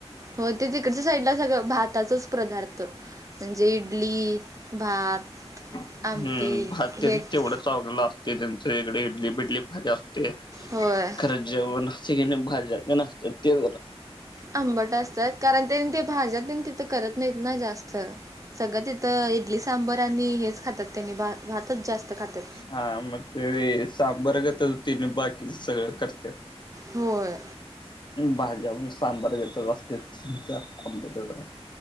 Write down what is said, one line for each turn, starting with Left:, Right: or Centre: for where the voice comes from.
Right: हो ते तिकडच्या साईडला सगळं भाताचाच प्रदार्थ म्हणजे इडली भात
Left: हम्म
Right: आमटी
Left: भात
Right: हेच
Left: त्यां तेवढं चगलं असते त्यांच इकडे इडली बिडली फज असते
Right: होय.
Left: तर जेवून हस किन भाजले पण असत्यात ते बरं
Right: आंबट असतात कारण त्यांनी ते भाज्यात त्यां तिथं करत नाहीत ना जास्त. सगळ्यात तिथं इडली सांबर आणि हेच खातात त्यांनी भातच जास्त खातात.
Left: हा मग ते सांबरगत तेनी बाकीच सगळं करत्यात.
Right: होय.
Left: अन भाज्या म्हणून सांबार घेतच असत्यात हेंच्या आंब तेवढं भा